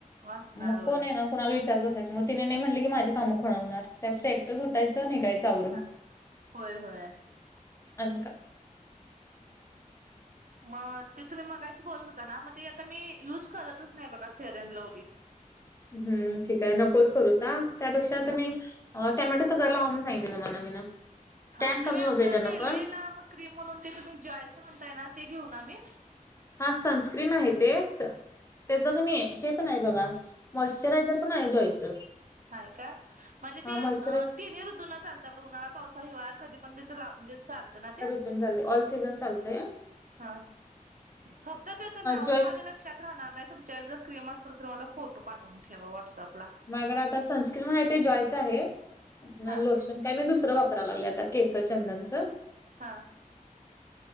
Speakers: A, on the right; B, on the left.
A: वाचणार
B: मग
A: होय
B: कोण येना. कोनाला विचारत बसायंच मग तिने नाही म्हनली की माझे काम खोळबनार, त्यापेक्षा एकट सुटाय चं निघाचं. तावरून
A: हा होय होय
B: अनका.
A: म ती. तुम्ही मगाशी बोलत होता ना, म ते आता मी युज करतच नाही बघा फेअर अँड लव्हली.
B: हूं ठीक आहे नकोच करूस आ त्यापेक्षा
A: हा
B: तुम्ही अ टॅमॅटोचं गंरलावा म्हणून सगितलं तुम्हाला मीन.
A: हा
B: टॅन
A: न
B: कमी
A: मी आपल
B: होतय त्यानं
A: डेली
B: पण
A: लाम क्रीम म्हणून ते तुम्ही जॉयचं म्हणताय ना ते घेऊ ना मी
B: हा सनस्क्रीन आहे ते, त्याचं कणी हे पण आहे बघा. मॉशचरायझर पण आहे जॉयचं.
A: हाय का. म्हणजे
B: हा
A: ते
B: मॉइश्चरायझ
A: अ तिन्ही ऋतूना चालत आपल उन्हाळा, पावसा, हिवाळा, कधी पण ईच लाव म्हणजे चालतं ना ते.
B: ते पन चालत ऑल सीझन चालतय.
A: हां फक्तं त्यांचं नावंच
B: जॉय
A: माझ्यांला ल लक्षांत राहणांर नाहीं तुच्यांवर जरं क्रीम असेल तरु म्हांला फोटो पाठवूंन ठेवां व्हॉट्सअँप लां
B: माझ्याकडे आंता सनस्क्रीन आहे ते जॉयचं आहे
A: हा
B: लोशन कायं मी दुसरं वापरांयला लागले आंता केसरचंदनचं
A: हां